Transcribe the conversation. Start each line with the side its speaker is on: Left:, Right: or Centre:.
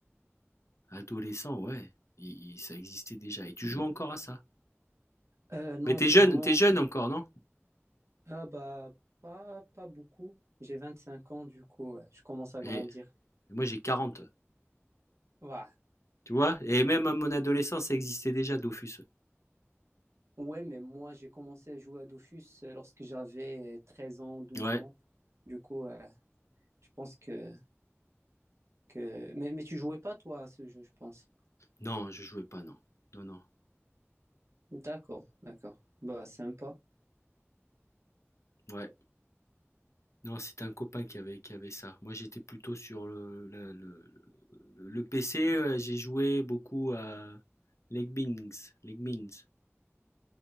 Left: adolescent, ouais. Il- il- ça existait déjà. Et tu joues encore à ça?
Right: Euh, non,
Left: Mais t'es
Right: en ce
Left: jeune,
Right: moment,
Left: t'es jeune encore, non?
Right: ah bah pas, pas beaucoup. J'ai 25 ans, du coup, euh, je commence à
Left: Eh,
Right: grandir.
Left: moi j'ai 40.
Right: Ouais.
Left: Tu vois? Et même à mon adolescence, ça existait déjà, Dofus.
Right: Ouais, mais moi, j'ai commencé à jouer à Dofus euh, lorsque j'avais euh, 13 ans, douze
Left: Ouais.
Right: ans. Du coup, euh, je pense que, que... Mais, mais tu jouais pas, toi, à ce jeu, je pense.
Left: Non, je jouais pas, non. Non, non.
Right: D'accord, d'accord. Bah, sympa.
Left: Ouais. Non, c'était un copain qui avait, qui avait ça. Moi, j'étais plutôt sur le, le, le- le- le PC. euh, J'ai joué beaucoup à Legbings. Legbings.